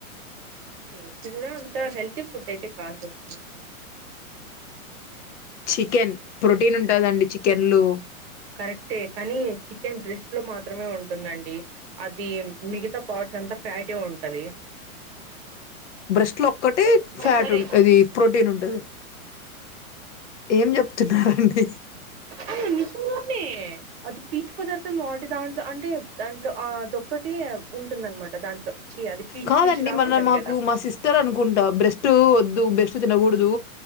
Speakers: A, on the right (about 45°); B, on the left (about 55°).
A: ఏం తిన్నా అంతా హెల్తీ ఫుట్ అయితే కాదు కదండి
B: చికెన్ ప్రొటీన్ ఉంటాదండి చికెన్ లో
A: కరెక్టే కానీ చికెన్ బ్రెస్ట్ లో మాత్రమే ఉంటుందండి అది మిగతా పాట్స్ అంత్ అంత ఫ్యాటె ఉంటది
B: బ్రెస్ట్ లో ఒక్కటి ఫ్యాట్
A: సారీ
B: ఉంటది అది ప్రోటీన్ ఉంటది ఏం చెప్తున్నారండి
A: అవును <unintelligible> అది పీచు పదార్థం వాటి దాంట్లో అంటే దాంట్లో ఆ దొక్కటి ఉంటుందన్ ఉంటుంది అనమాట దాంట్లో ఛీ అది పీచు
B: కాదండి
A: పీచు లాగా
B: మన్నా
A: ఉంటది
B: మాకు
A: గదా!
B: మా సిస్టర్ అనుకుంటా బ్రెస్ట్ వద్దు బెస్ట్ ట్ తినకూడదు